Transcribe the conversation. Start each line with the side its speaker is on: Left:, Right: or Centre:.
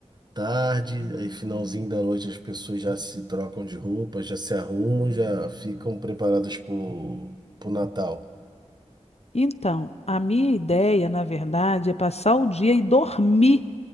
Right: tarde, aí finalzinho da noite as pessoas já se trocam de roupa, já se arrumam, já ficam preparadas para o Natal.
Left: Então, a minha ideia, na verdade, é passar o dia e dormir,